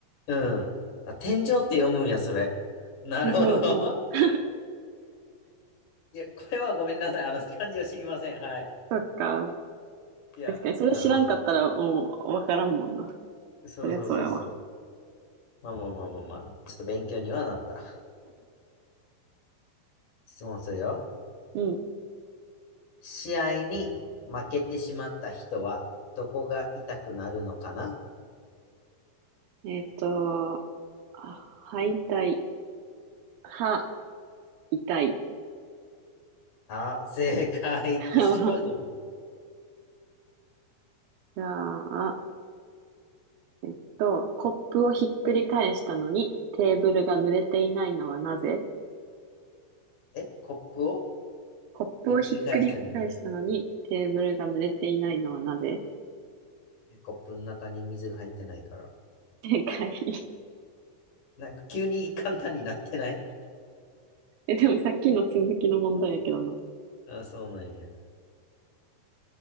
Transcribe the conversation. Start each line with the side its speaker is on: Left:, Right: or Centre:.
Left: うん。あ、天井って読むんや、それ。なるほど。
Right: そうそう。
Left: いや、これはごめんなさい。あの、漢字を知りません。はい。
Right: そっか。
Left: いや、
Right: 確かに、それ知らんかったらもうわからんもんな。
Left: なるほど。そうそうそうそう。
Right: そりゃそうやわ。
Left: まあまあまあまあまあ。ちょっと勉強にはなった。質問するよ。
Right: うん。
Left: 試合に負けてしまった人は、どこが痛くなるのかな
Right: えっと、あ歯痛い歯、痛い。
Left: あ、正解。
Right: <laughs>
Left: 賢い。
Right: じゃあ、えっと、コップをひっくり返したのにテーブルが濡れていないのはなぜ
Left: え、コップを
Right: コップをひっくり返したのにテーブルが濡れていないのはなぜ
Left: ひっくり返したのに、コップの中に水が入ってないから。
Right: 正解。<laughs>
Left: なんか急に簡単になってない
Right: え、でもさっきの続きの問題やけどな。
Left: あ、そうなんや。